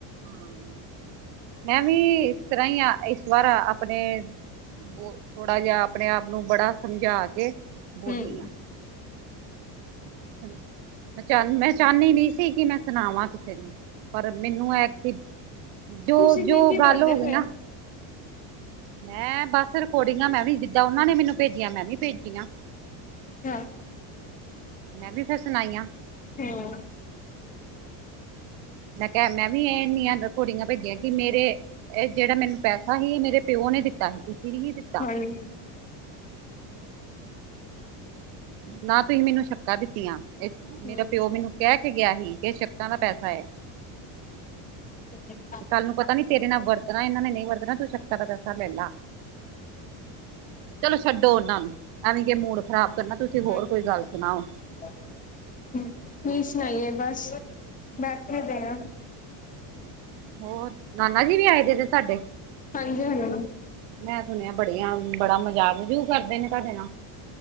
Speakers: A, on the right (about 65°); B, on the left (about 20°).
A: ਹਾਂ, ਮੈਂ ਵੀ ਇਸ ਤਰ੍ਹਾਂ ਹੀ ਆ ਇਸ ਵਾਰ ਆਪਣੇ ਬ ਥੋੜਾ ਜ ਆਪਣੇ ਆਪ ਨੂੰ ਬੜਾ ਸਮਝਾ ਕੇ ਬੋਲੀ
B: ਹੂੰ।
A: ਆ ਮੈਂ ਚਾਂ, ਮੈਂ ਚਾਂਨੀ ਨੀ ਸੀ ਕਿ ਮੈਂ ਸੁਣਾਵਾਂ ਕਿਸੇ ਨੂੰ। ਪਰ ਮੈਨੂੰ ਐਤਕੀ, ਜੋ-ਜੋ
B: ਤੁਸੀਂ ਕੀ ਕੀ
A: ਗੱਲ
B: ਬੋਲੇ
A: ਹੋ ਗਈ
B: ਫੇਰ
A: ਨਾ ਮੈਂ ਬਸ ਰਿਕੋਰਡਿੰਗਾਂ ਮੈਂ ਵੀ, ਜਿੱਦਾਂ ਉਹਨਾਂ ਨੇ ਮੈਨੂੰ ਭੇਜੀਆਂ, ਮੈਂ ਵੀ ਭੇਜੀਆਂ।
B: <inaudible>
A: ਮੈਂ ਵੀ ਫਿਰ ਸੁਣਾਈਆ।
B: ਹੂੰ
A: ਮੈਂ ਕਿਹਾ, ਮੈਂ ਵੀ ਇੰਨੀਆਂ ਕੁੋੜੀਆਂ ਭੇਜੀਆਂ ਕਿ ਮੇਰੇ ਇਹ ਜਿਹੜਾ ਮੈਨੂੰ ਪੈਸਾ ਹੀ ਮੇਰੇ। ਪਿਓ ਨੇ ਦਿੱਤਾ ਸੀ, ਤੁਸੀਂ ਨੀਂ ਹੀ ਦਿੱਤਾ।
B: ਹਾਂਜੀ।
A: ਨਾ ਤੂਸੀ ਮੈਨੂੰ ਸ਼ੱਕਾ ਦਿੱਤੀਆਂ,
B: ਹੂੰ
A: ਮੇਰਾ ਪੇਓ ਮੈਨੂੰ। ਕੈਹ ਕੇ ਗੇਆ ਹੀ, ਕਿ ਏ ਸ਼ੱਕਾਂ ਦਾ ਪੈਸਾ ਹੈ।
B: <unintelligible>
A: ਕਾੱਲ ਨੂੰ ਪਤਾ ਨੀ ਤੇਰੇ ਨਾਲ ਵਰਤਨਾ ਏਨਾਂ ਨੇ ਨਈ ਵਰਤਨਾ, ਤੂੰ ਸ਼ੱਕਾ ਦਾ ਪੈਸਾ ਲੈ ਲਾ। ਚਲੋ ਮ਼ੱਡੋ ਓਨਾਂ ਨੂੰ, ਐਵੇਂ ਕਿ ਮੂਡ ਖ਼ਰਾਬ। ਕਰਨਾ ਤੁਸੀਂ
B: <unintelligible>
A: ਹੋਰ ਕੋਈ ਗੱਲ ਸੁਣਾਓ।
B: ਕੀ ਸੁਨਾਈਏ ਬਾਸ, ਬੈਠੇ ਦੇ ਆਂ।
A: ਹੋਰ, ਨਾਨਾ ਜੀ ਵੀ ਆਏ ਜੇ ਦੇ ਤਾਡੇ।
B: ਹਾਂਜੀ ਹਾਂਜੀ
A: ਮੈਂ ਸੁਨੇਆ ਬੜੀਆਂ, ਬੜਾ ਮਜਾਕ ਮਜੂਕ ਕਰਦੇ ਨੇ ਤੂਆਡੇ ਨਾਲ।